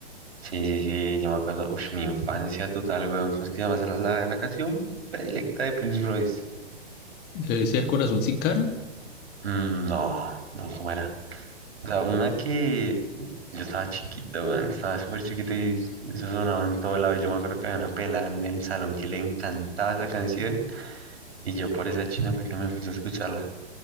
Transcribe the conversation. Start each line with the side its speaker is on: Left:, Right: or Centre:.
Right: sí, sí, sí, yo me acuerdo, uff, mi infancia total, weón, ¿cómo es que llamas la, la, la canción predilecta de Prince Royce?
Left: Debe ser Corazón sin cara.
Right: Mm, no, no, ¿cómo era? O sea, una que Yo estaba chiquito, weón, estaba súper chiquito y eso sonaba en todo lado. Y yo me acuerdo que había una pelada en el salón que le encantaba esa canción. Y yo por esa china fue que me empecé a escucharla.